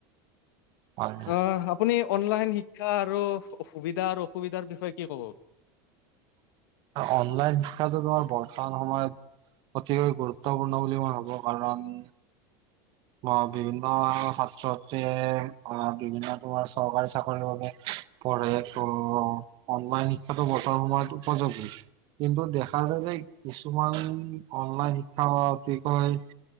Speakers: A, on the right (about 45°); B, on the left (about 80°).
A: হয় হয়,
B: অ আপুনি অনলাইন শিক্ শিক্ষা আৰু সুবিধা আৰু অসুবিধাৰ বিষয়ে কি কব।
A: অনলাইন শিক্ষাটো তোমাৰ বৰ্তমান সময়ত অতিকৈ গুৰুত্বপূৰ্ণ বুলি মই ভাবো কাৰণ, অ' বিভিন্ন ছাত্ৰ-ছাত্ৰীয়ে বিভিন্ন তোমাৰ চৰকাৰী চাকৰিৰ বাবে, পঢ়েতো অনলাইন শিক্ষাটো বৰ্তমান সময়ত উপযোগী। কিন্তু দেখা যায় যে কিছুমান অনলাইন শিক্ষা কি কয়।